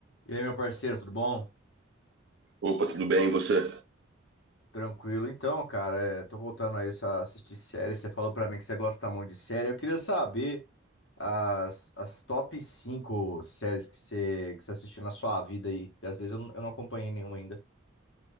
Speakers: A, on the left; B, on the right.
A: E aí, meu parceiro, tudo bom?
B: Opa, tudo bem, e você?
A: Tranquilo. Então, cara, é, tô voltando aí a assistir série. Você falou pra mim que você gosta muito de série. Eu queria saber as, as top 5 séries que você, que você assistiu na sua vida aí. E às vezes eu, não- eu não acompanhei nenhuma ainda.